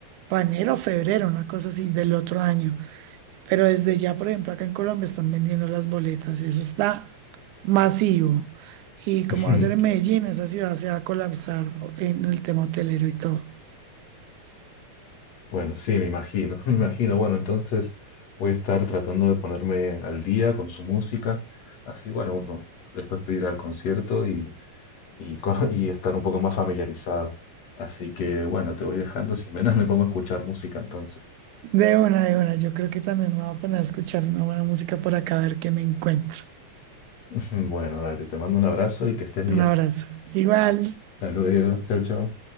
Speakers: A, on the right (about 85°); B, on the left (about 60°).
A: para enero o febrero, una cosa así del otro año. Pero desde ya, por ejemplo, acá en Colombia están vendiendo las boletas y eso está masivo. Y como
B: <laughs>
A: va a ser en Medellín, esa ciudad se va a colapsar en el tema hotelero y todo.
B: Bueno, sí, me imagino, <laughs> me imagino. Bueno, entonces voy a estar tratando de ponerme al día con su música, así, bueno, uno después puede ir al concierto y, y, con- <laughs> y estar un poco más familiarizado. Así que, bueno, te voy dejando, si menos me pongo a escuchar música entonces.
A: De una, de una, yo creo que también me voy a poner a escuchar una buena música por acá a ver qué me encuentro.
B: <laughs> Bueno, dale, te mando un abrazo y que estés bien.
A: Un abrazo. Igual.
B: Hasta luego, chao, chao.